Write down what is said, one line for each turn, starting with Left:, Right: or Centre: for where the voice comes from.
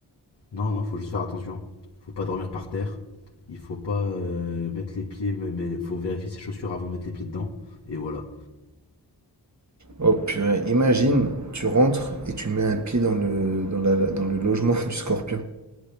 Left: Non, non, faut juste faire attention. Faut pas dormir par terre. Il faut pas euh, mettre les pieds, mais mais faut vérifier ses chaussures avant de mettre les pieds dedans. Et voilà.
Right: Oh purée, imagine, tu rentres et tu mets un pied dans le, dans la, dans le logement <laughs> du scorpion.